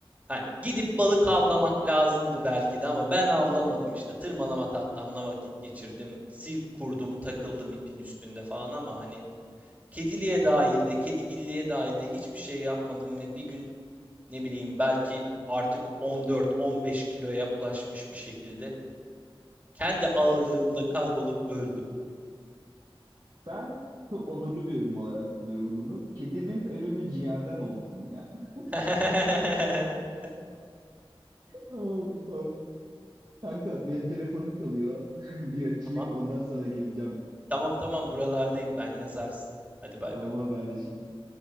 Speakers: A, on the right; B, on the right.
A: hani gidip balık avlamak lazımdı belki de ama ben avlamadım işte. Tırmalama tahtamla vakit geçirdim. Sirk kurdum, takıldım ipin üstünde falan ama hani kediliğe dair de, kedigilliğe dair de hiçbir şey yapmadım ve bir gün ne bileyim belki artık 14-15 kiloya ulaşmış bir şekilde kendi ağırlığımda kaybolup öldüm.
B: ben çok onurlu bir ölüm olarak buluyorum bunu. Kedinin ölümü ciğerden olsun ya. <laughs>
A: <laughs>
B: Oh, oh. Kanka benim telefonum çalıyor. <laughs> Bir açayım
A: Ama
B: ondan sonra geleceğim.
A: Tamam tamam buralardayım ben yazarsın. Hadi bay
B: Tamam
A: bay.
B: haberleşiriz.